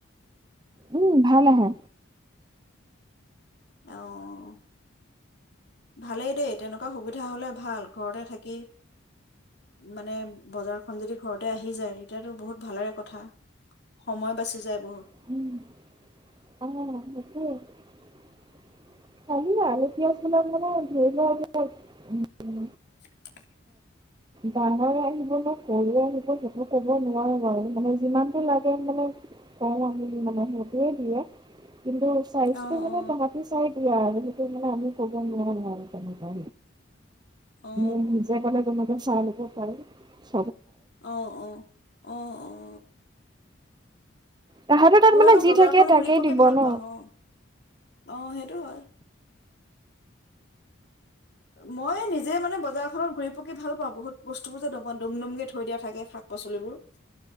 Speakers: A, on the right; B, on the left.
A: উম, ভাল আহে।
B: অ', ভালেই দেই তেনেকুৱা সুবিধা হ'লে ভাল ঘৰতে থাকি মানে বজাৰখন যদি ঘৰতে আহি যায় তেতিয়াতো বহুত ভালেৰে কথা সময় বাচি যায়।
A: উম,
B: বহুত
A: অ'। উম। আহিলা আৰু পিঁয়াজ চলপ মানে ধৰি ল- অ'।
B: <inaudible>
A: ডাঙৰে আহিব ন' সৰুৱে আহিব সেইটো ক'ব নোৱাৰো বাৰু মানে যিমানতটো লাগে মানে কম আমি মানে সেইটোৱে দিয়ে। কিন্তু চাইজ
B: অ
A: মানে
B: অ
A: তাহতি চাই স, আৰু সেইটো মানে আমি ক'ব নোৱাৰো আৰু তেনেকুৱা।
B: অ
A: উম। <unintelligible> হয়।
B: অ', অ', অ', অ'।
A: তাহাঁতৰ তাত
B: মই
A: মানে
B: আকৌ
A: যি
B: বজাৰখন
A: থাকে তাকেই
B: ঘুৰি পকি
A: দিব
B: ভাল
A: ন
B: পাওঁ অ', অ', সেইটো হয়। মই নিজে মানে বজাৰখনত ঘুৰি পকি ভাল পাওঁ বহুত বস্তুবোৰ যেম পাওঁ ডুম-ডুমকে থৈ দিয়া থাকে শাক-পাচলিবোৰ।